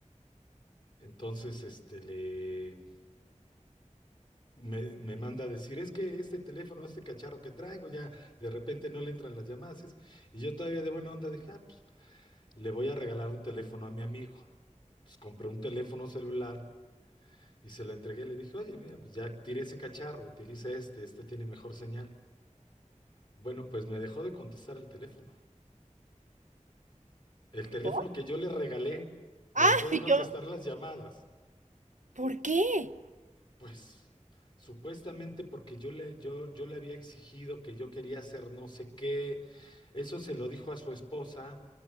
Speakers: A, on the left; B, on the right.
A: Entonces, este, le, Me, me manda a decir, es que este teléfono, este cacharro que traigo, ya de repente no le entran las llamadas. es- Y yo todavía de buena onda dije, ah, pues, le voy a regalar un teléfono a mi amigo. Entonces compré un teléfono celular y se lo entregué. Le dije, oye, mira, pues ya tiré ese cacharro, utiliza este, este tiene mejor señal. Bueno, pues me dejó de contestar el teléfono. El teléfono
B: ¿Por?
A: que yo le regalé me
B: Ah,
A: dejó
B: <laughs>
A: de
B: y
A: contestar
B: yo.
A: las llamadas.
B: ¿Por qué?
A: Pues supuestamente porque yo le, yo, yo le había exigido que yo quería hacer no sé qué, eso se lo dijo a su esposa,